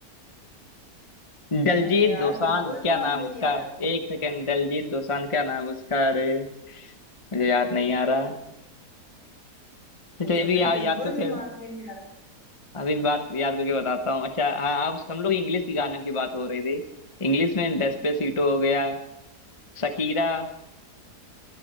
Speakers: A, on the left; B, on the left.
A: दलजीत
B: नहीं यार
A: दोसांझ
B: बिल्कुल
A: क्या
B: ध्यान
A: नाम
B: में
A: उसका
B: नहीं आ रहा
A: एक सेकेंड दलजीत दोसांझ क्या नाम उसका अरे मुझे याद नहीं आ रहा
B: मुझे
A: चलिए अभी
B: भी
A: याद
B: बिल्कुल
A: याद करके
B: दिमाग में नहीं आ रहा
A: अभी बात याद करके बताता हूँ अच्छा हाँ आप हम लोग इंग्लिश की गानों की बात हो रही थी इंग्लिश में डेस्पेसिटो हो गया शकीरा